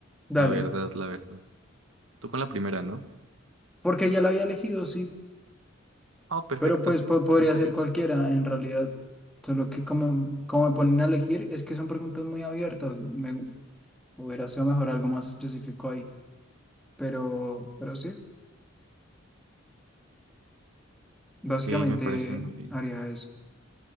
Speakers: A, in the centre; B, on the right.
A: dale.
B: la verdad, la verdad. Tú con la primera, ¿no?
A: Porque ya lo había elegido, sí,
B: Oh, perfecto.
A: pero pues po- podría
B: Entonces,
A: ser cualquiera en realidad. Solo que como, como me ponen a elegir, es que son preguntas muy abiertas. Me gu- hubiera sido mejor algo más específico ahí. Pero, pero sí, básicamente
B: ok, me parece muy bien.
A: haría eso.